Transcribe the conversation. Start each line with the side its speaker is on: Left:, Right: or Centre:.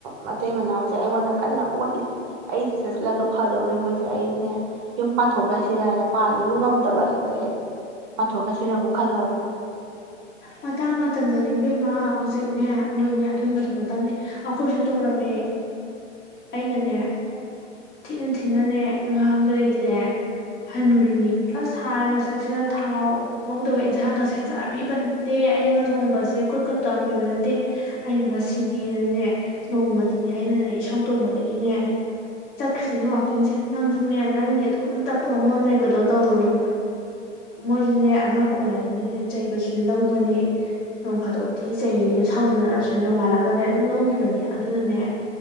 Right: ꯃꯇꯩ ꯃꯅꯥꯎꯖꯦ ꯑꯩꯉꯣꯟꯗ ꯀꯟꯅ ꯑꯣꯠꯂꯤ ꯑꯩꯗ ꯆꯠꯂꯒ ꯐꯗꯧꯅꯦ ꯃꯣꯏꯖꯦ ꯑꯩꯅꯦ ꯌꯨꯝ ꯄꯥꯟꯊꯣꯛꯈ꯭ꯔꯁꯤꯔꯅ ꯄꯥꯟꯕꯁꯨ ꯉꯝꯗꯕ ꯍꯦꯛꯇ ꯍꯦꯛ ꯄꯥꯟꯊꯣꯛꯈ꯭ꯔꯁꯤꯔꯕꯨ ꯈꯜꯂꯕꯅꯦ
Left: ꯃꯇꯥꯡ ꯃꯇꯝꯅꯅꯤ ꯏꯕꯦꯝꯃ ꯍꯧꯖꯤꯛꯅꯦ ꯃꯣꯏꯅꯦ ꯑꯗꯨꯒꯤ ꯃꯇꯝ ꯅꯠꯇꯝꯅꯤ ꯑꯩꯈꯣꯏꯁꯨ ꯇꯧꯔꯝꯃꯦ ꯑꯩꯅꯅꯦ ꯊꯤꯅ ꯊꯤꯅꯅꯦ ꯉꯥꯡꯕꯗꯒꯤꯅꯦ ꯍꯟꯒ꯭ꯔꯤꯅꯤ ꯑꯁ ꯍꯥꯟꯅ ꯃꯁꯤꯗ ꯁꯤꯗ ꯊꯥꯎ ꯉꯧꯗꯕ ꯏꯟꯁꯥꯡꯒꯁꯦ ꯆꯥꯕꯤꯕꯅꯠ ꯇꯦ ꯑꯩꯅꯒ ꯊꯣꯡꯕꯁꯦ ꯈꯨꯠꯀ ꯇꯡꯕꯤꯕ ꯅꯠꯇꯦ ꯑꯩꯅ ꯃꯁꯤꯗꯤꯅꯅꯦ ꯅꯣꯡꯃꯗꯤꯅꯦ ꯑꯩꯅꯅꯦ ꯏꯁꯧ ꯇꯣꯡꯕꯗꯒꯤꯅꯦ ꯆꯠꯈ꯭ꯔꯤꯁꯤꯅꯦ ꯋꯥꯛꯀꯤꯡꯁꯦ ꯅꯪꯁꯨꯅꯦ ꯅꯪꯒꯤ ꯑꯗꯨꯝ ꯇꯞ ꯄꯒ ꯃꫭꯟ ꯂꯩꯕꯗꯣ ꯇꯧꯔꯨꯅꯨ ꯃꯣꯏꯖꯨꯅꯦ ꯑꯉꯥꯡ ꯑꯣꯜꯂꯕꯅꯤꯅꯅꯦ ꯆꯩꯕꯁꯤꯅ ꯂꯧ ꯕꯅꯦ ꯅꯣꯡ ꯐꯥꯗꯣꯛꯇꯤ ꯆꯩꯔꯤꯉꯩꯗ ꯁꯥꯎꯖꯟꯅꯔꯁꯨꯅꯦ ꯅꯣꯡꯉꯥꯜꯂꯒꯅꯦ ꯑꯗꯨꯝ ꯂꯧꯒꯤꯕꯅꯤ ꯑꯗꯨꯅꯅꯦ